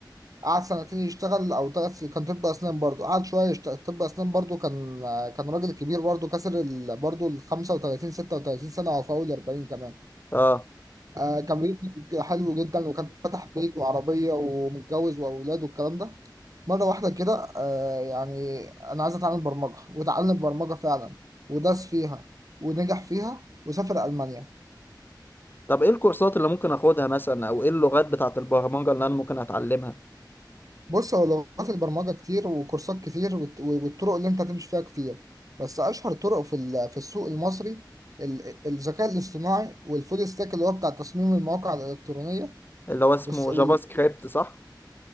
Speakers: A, on the right (about 50°); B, on the left (about 25°).
A: قعد سنتين يشتغل أو تلات سنين كان طب أسنان برضو قعد شوية يشتغل طب أسنان برضو كان كان راجل كبير برضو كسر ال... برضو ال 35 36 سنة أو فوق ال 40 كمان
B: اه
A: آه كان بيت حلو جدا وكان فتح بيت وعربية ومتجوز وأولاد والكلام ده مرة واحدة كده آه يعني أنا عايز أتعلم برمجة وتعلم برمجة فعلا ودرس فيها ونجح فيها وسافر ألمانيا
B: طب ايه الكورسات اللي ممكن اخدها مثلا او ايه اللغات بتاعت البرمجة اللي انا ممكن اتعلمها
A: بص هو لغات البرمجة كتير وكورسات كتير والت- والطرق اللي انت هتمشي فيها كتير بس أشهر طرق في ال- في السوق المصري ال- الذكاء الاصطناعي والفول ستاك اللي هو بتاع تصميم المواقع الإلكترونية
B: اللي هو اسمه
A: والس- وال-
B: جافا سكريبت صح